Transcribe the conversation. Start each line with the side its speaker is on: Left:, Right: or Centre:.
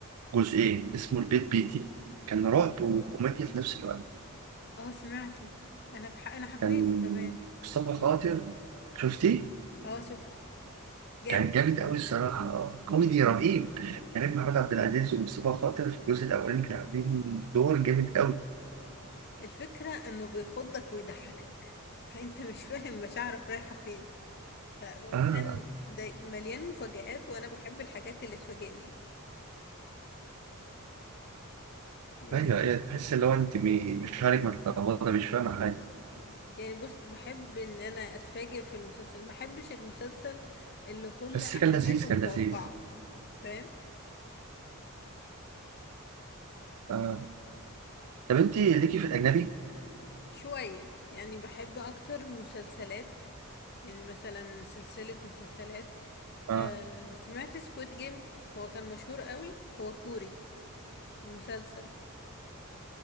Right: جزئين اسمه البيت بيتي كان رعب وكوميديا في نفس الوقت
Left: اه سمعته انا بح... انا حبيته
Right: كان
Left: كمان
Right: مصطفى خاطر شفتيه؟
Left: اه شفته جامد
Right: كان جامد أوي الصراحة كوميدي رهيب كريم محمود عبد العزيز ومصطفى خاطر في الجزء الأولاني كانوا عاملين دور جامد أوي
Left: الفكرة انه بيخضك ويضحكك فانت مش فاهم مشاعرك رايحة فين ف... وكان
Right: آه
Left: داي... مليان مفاجآت وانا بحب الحاجات اللي تفاجئني يعني
Right: ايوه ايوه تحس اللي هو انت بي- مش عارف متلخبطه مش فاهمه حاجه
Left: يعني بص بحب ان انا اتفاجئ في المسلسل ما احبش المسلسل اللي كل
Right: بس
Left: احداثه
Right: كان لذيذ كان
Left: متوقعة
Right: لذيذ
Left: فاهم
Right: آه. طب انت ليكي في الاجنبي؟
Left: شوية يعني بحب اكتر مسلسلات يعني مثلا سلسلة مسلسلات
Right: آه.
Left: آه سمعت سكويد جيم هو كان مشهور قوي هو كوري مسلسل